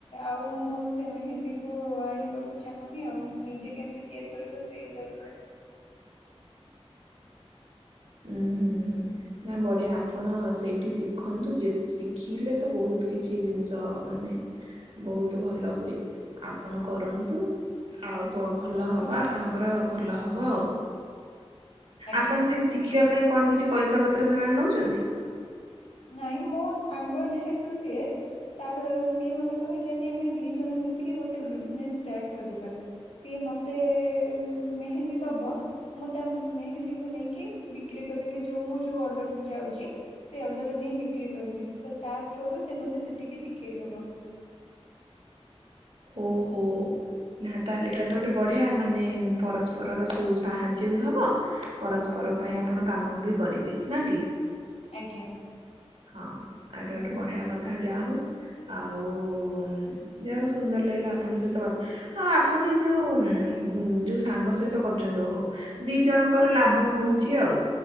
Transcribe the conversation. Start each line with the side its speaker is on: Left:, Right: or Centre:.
Left: ଆଉ ମୁଁ ସେ ମେହେନ୍ଦି କୁ ଆଣିବାକୁ ଚାହୁଁନି ଆଉ। ନିଜେ କେମିତି ତିଆରି କରିବ ସେଇ ହିସାବରେ କ
Right: ଉଁ ହୁଁ ହୁଁ ହୁଁ। ନା ବଢିଆ ଆପଣ ସେଇଠି ଶିଖନ୍ତୁ ଯେତ୍ ଶିଖିଲେ ତ ବହୁତ କିଛି ଜିନିଷ ମାନେ ବହୁତ ଭଲ ହୁଏ ଆପଣ କରନ୍ତୁ। ଆଉ ପ ଭଲ ହେବ ଆପଣଙ୍କର ଭଲ ହେବ ଆଉ।
Left: ଆଜ୍ଞା
Right: ଆପଣ ସେଇଠି ଶିଖିବା ପାଇଁ କଣ କିଛି ପଇସା ପତ୍ର ସେମାନେ ନେଉଛନ୍ତି?
Left: ନାଇଁ ମୁଁ ସାଙ୍ଗ ଯେହେତୁ ସିଏ ତାର ସିଏ ମତେ କହିଲେ କି ଆମେ ଦି ଜଣ ମିଶିକି ଗୋଟେ ବିଜନେସ୍ ଟାଇପ୍ କରିବା ସିଏ ମତେ ମେହେନ୍ଦି ଦବ ମୁଁ ତା ମେ ହେନ୍ଦୀ କୁ ନେଇକି ବିକ୍ରି କରିବି ଯୋଉ ମୁଁ ଯୋଉ ଅର୍ଡରକୁୁ ଯାଊଛି। ଅର୍ଡର ରେ ନେଇ ବିକ୍ରି କରିବି ତ ତା ଥ୍ରୁରୁ ସେ ମତେ ସେଠିକି ଶିଖେଇଦବ।
Right: ଓ ହୋ! ନା ତାହେଲେ ଏଇଟା ତ ଗୋଟେ ବଢ଼ିଆ ମାନେ ପରସ୍ପରର ସୁ ସାହାଯ୍ୟ ବି ହେବ। ପରସ୍ପର ପାଇଁ ଆପଣ କାମ ବି କରିବେ ନା କି?
Left: ଆଜ୍ଞା।
Right: ହଁ ଆଉଟା ଗୋଟେ ବଢିଆ କଥା ଯାହା ହଉ। ଆଉ ଉଁ ଯାହା ହଉ ସୁନ୍ଦର ଲାଗିଲା ଆପଣଙ୍କ ସହିତ କଥା ଆଉ ଆପଣ ଏଇ ଯୋଉ ଉଁ ଯୋଉ ସାଙ୍ଗ ସହିତ କରୁଛନ୍ତି ଓହୋ ଦି ଜଣଙ୍କର ଲାଭ ହଉଛି ଆଉ